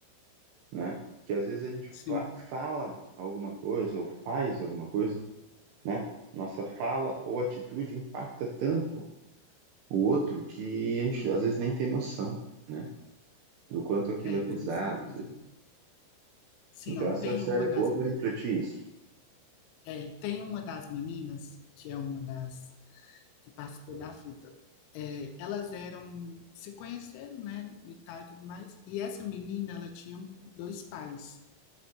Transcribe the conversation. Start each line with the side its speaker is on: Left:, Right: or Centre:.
Right: né? Que às vezes a gente
Left: sim.
Right: fa- fala alguma coisa ou faz alguma coisa, né? Nossa fala ou atitude impacta tanto o outro que a gente às vezes nem tem noção, né? Do quanto aquilo
Left: É,
Right: é pesado,
Left: com certeza. Sim,
Right: Então
Left: ó,
Right: essa
Left: tem
Right: série
Left: uma
Right: é boa
Left: das, meni-
Right: para refletir isso,
Left: é, tem uma das meninas, que é uma das que participou da fita. É, elas eram, se conheceram, né, e tal e tudo mais. E essa menina, ela tinha dois pais.